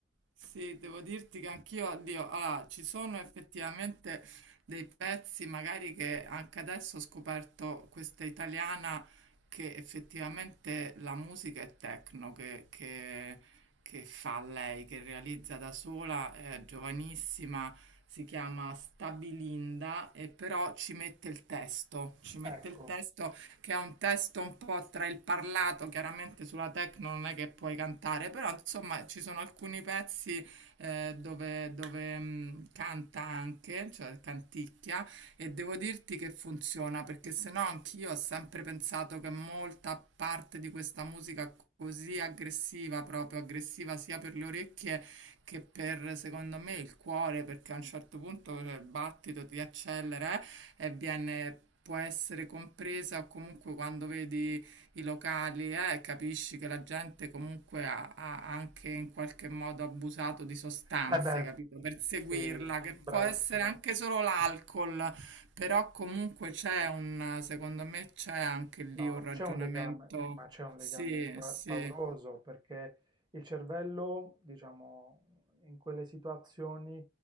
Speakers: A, on the right; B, on the right.
A: sì, devo dirti che anch'io, oddio, allora, ci sono effettivamente dei pezzi, magari che anche adesso ho scoperto questa italiana che effettivamente la musica è techno, che, che- che fa lei, che realizza da sola, è giovanissima, si chiama Stabilinda e però ci mette il testo, ci mette
B: Ecco,
A: il testo che è un testo un po' tra il parlato, chiaramente sulla techno non è che puoi cantare, però insomma ci sono alcuni pezzi eh, dove, dove, mh, canta anche, cioè canticchia, e devo dirti che funziona, perché se no anch'io ho sempre pensato che molta parte di questa musica così aggressiva, proprio aggressiva sia per le orecchie che per, secondo me, il cuore, perché a un certo punto cioè, il battito ti accelera, eh, ebbene può essere compresa o comunque quando vedi i locali eh, capisci che la gente comunque ha, ha anche in qualche modo abusato di sostanze,
B: eh beh,
A: capito? Per seguirla,
B: sì,
A: che
B: bravissima.
A: può essere anche solo l'alcol, però comunque c'è un, secondo me c'è anche lì
B: No,
A: un ragionamento,
B: c'è un legame, ma c'è un
A: sì,
B: legame pa-
A: sì.
B: pauroso perché il cervello, diciamo, in quelle situazioni